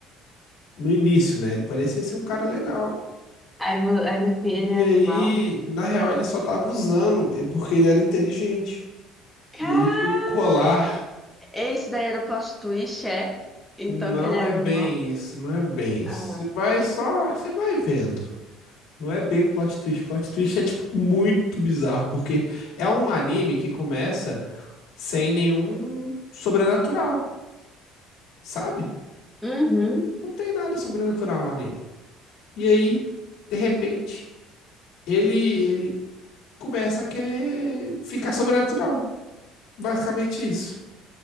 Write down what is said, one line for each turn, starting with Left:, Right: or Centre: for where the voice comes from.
Left: No início, né? Ele parecia ser um cara legal.
Centre: Aí, vo- aí no fim ele
Left: E
Centre: é
Left: aí,
Centre: do mal.
Left: na real, ele só tava usando, é porque ele era inteligente.
Centre: Cara!
Left: E ele tinha um colar.
Centre: Esse daí era o plot twist, é? Então
Left: Não
Centre: que ele era
Left: é bem
Centre: do mal.
Left: isso, não é bem isso.
Centre: Ah.
Left: Você vai só, você vai vendo. Não é bem o plot twist. O plot twist é, tipo, muito bizarro, porque é um anime que começa sem nenhum sobrenatural, sabe?
Centre: Uhum.
Left: Não tem nada sobrenatural no anime. E aí, de repente, ele, ele começa a querer ficar sobrenatural. Basicamente isso.